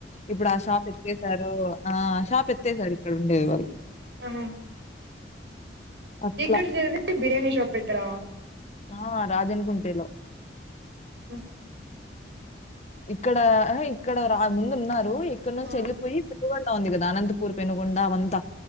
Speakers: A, on the left; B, on the right.
A: ఇప్పుడు ఆ షాప్ ఎత్తేసారు ఆ షాప్ ఎత్తేసారు ఇక్కడ ఉండేది వాళ్ళు.
B: ఆహా
A: అట్లా.
B: ఇక్కడ చదివి బిర్యానీ షాప్ పెట్టారా.
A: ఆ రాజనుకుంటేలో.
B: ఆ
A: ఇక్కడ ఇక్కడ రా ముందు ఉన్నారు ఇక్కడ నుంచి
B: ఆ
A: వెళ్ళిపోయి పిల్ వండా ఉంది కదా అనంతపూర్ పెనుగొండ అవంతా